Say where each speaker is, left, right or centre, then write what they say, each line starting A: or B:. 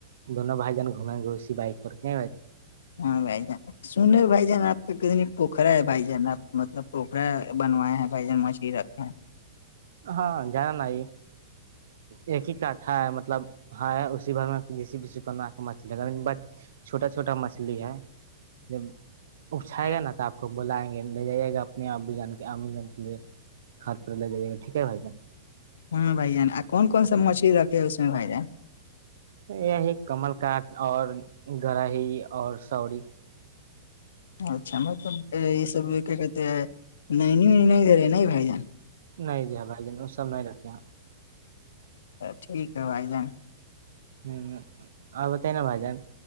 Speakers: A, on the right; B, on the left.
A: دونوں بھائی جان گھومیں گے اسی بائک پر ب
B: ہاں بائی جان سنو بائی جانا کتنی پوکھرا ہے بھائی جان آپ مطلب پوکھرا بنوائے ہیں بھائی جان مچھلی رکھے ہیں
A: ہاں جانا نہیں ایک ہی کاٹھا ہے مطلب ہاں اسی بھر میں ج کوا کے مچھ چھوٹا چھوٹا مچھلی ہے جب اپچھائے
B: ہیں
A: گا نا تو آپ کو بلائیں گے لے جائیے گا اپنے آو جان کے آ جان کے لیے گھر پ لے جائیے گا ٹھیک ہے بھائی جان
B: ہاں بھائی جان کون کون سا مچھلی رکھے اس میں بھائی جان
A: یہی کمل کاٹ اور گر ہیی اور سوری
B: اچھا مطلب یہ سب کیا کہتے ہیں ن نیو نہیں دے رہے نہیں بائی جان
A: نہیں جی ہاں بھائی جن وہ سب نہیں رکھے
B: ٹھیک ہے بھائی جان
A: ہ اور بتائی نا بھائی جان